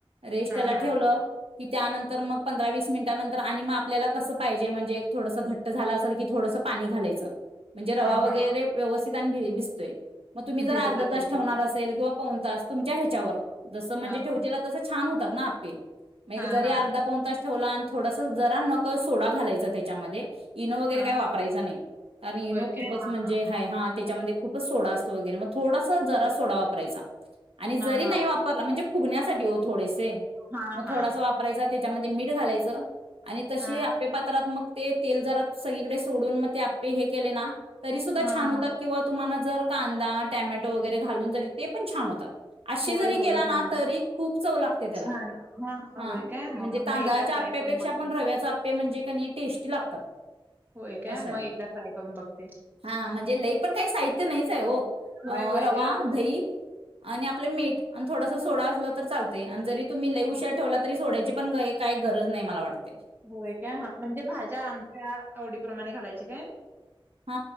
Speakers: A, on the right; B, on the right.
A: रेस्टला
B: हां, हां.
A: ठेवलं की त्यानंतर मग पंधरा वीस मिनिटानंतर आणि मग आपल्याला कसं पाहिजे ेड घट्ट झा असे क थोड पाणी घालायचं म्हणजे रवा
B: हां,
A: वगैरे
B: हां.
A: व्यवस्थित भ भसतोय मग तुम्हीर
B: भिजला
A: अर्ध
B: पाहिजे.
A: तास ठेवणार असेल किंवा पण तास तुमच्या ह्याच्यावर जसं म्हणजे
B: हां,
A: ठेवचेला
B: हां.
A: तस छान हो त आपेल म
B: हां,
A: जरी
B: हां.
A: अर्धा पन तस ठेवला थोडस जरा नक सोडा घालायचं त्याच्यामध्ये इनो वगैरे
B: हां,
A: काही वापरायचचा
B: हां.
A: नाही कारण इनो
B: होय
A: खूपच
B: काय?
A: म्हणजे
B: हां,
A: हाय हात त्याच्यामध्ये खूपच सोडा असतो वगैरे मग थोडासा जरा सोडा वापरायचा आणि जरी
B: हां.
A: नाही वापरला म्हणजे फुगण्यासाठी हो थोडेसे
B: हां,
A: मग
B: हां. हां, हां.
A: थोडासा वापरायचा त्याच्यामध्ये मीठ घालायचं आणि तशी
B: हां.
A: आपे पात्रात्मक ते तेल जरा सगळीकडे सोडून मग ते आपे हे केले ना तरी सुद्धा
B: हां,
A: छान
B: हां.
A: होतात किंवा तुम्हाला जर कांदा टॅमॅटो वगैरे घालून जरी ते पण छान होतात असशी
B: होय,
A: जरी
B: होय.
A: केला ना
B: हां.
A: तरी खूप चव लागते त्याला
B: छान. हां, हां.
A: हा
B: होय
A: म्हणजे
B: काय? हां, हां.
A: तांदळाच्या
B: मग एकदा ट्राय
A: आपप्यापेक्षा
B: करून बघते.
A: पण रव्याचे आपे म्हणजे त्यांनी टेस्टी लागतात.
B: होय काय?
A: असंय
B: मग एकदा ट्राय करून बघते.
A: हा म्हणजे लई पण काही साहित्य नाहीच ओ अ
B: होय, होय.
A: रवा
B: घर
A: दही- आणि आपलं मीठ आणि थोडस सोडा असलं तर चालतया. जरी तुम्ही
B: हां,
A: लई उशा
B: हां.
A: ठेवला त सोडाची- पण काही गरज नाही मला वाटत.
B: होय काय ह म्हणजे भाज्या आमच्या- आवडी प्ररमाणे घालायचे काय-
A: हा